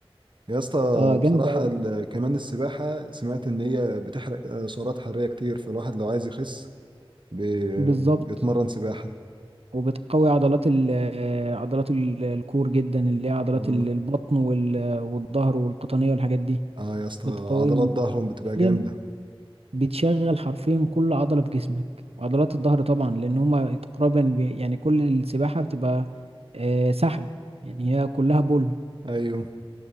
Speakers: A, on the right; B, on the right.
A: يا اسطى
B: اه جامدة
A: بصراحة ال- كمان السباحة سمعت إن هي بتحرق آه، سعرات حرارية كتير فالواحد لو عايز يخس بي-
B: بالظبط
A: بيتمرن سباحة
B: وبتقوي عضلات ال آه، عضلات ال- الكور جدا اللي هي عضلات
A: اه
B: ال- البطن وال- والظهر والقطنية والحاجات دي
A: آه يا اسطى
B: بتقويهم
A: عضلات ظهرهم بتبقى
B: حرفيا
A: جامدة
B: بتشغل حرفيا كل عضلة في جسمك وعضلات الظهر طبعا لأن هما تقريبا بي- يعني كل السباحة بتبقى آه، سحب يعني هي كلها بول
A: أيوه